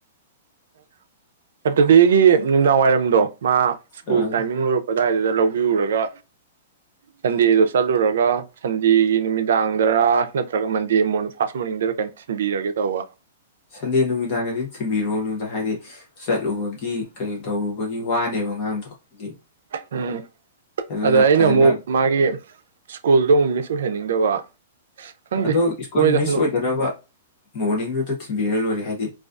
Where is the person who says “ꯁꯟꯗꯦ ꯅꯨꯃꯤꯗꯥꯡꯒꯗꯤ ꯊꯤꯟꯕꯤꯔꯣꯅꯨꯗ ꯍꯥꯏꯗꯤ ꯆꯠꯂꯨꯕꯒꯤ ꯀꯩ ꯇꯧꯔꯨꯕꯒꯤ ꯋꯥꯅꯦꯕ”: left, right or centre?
Left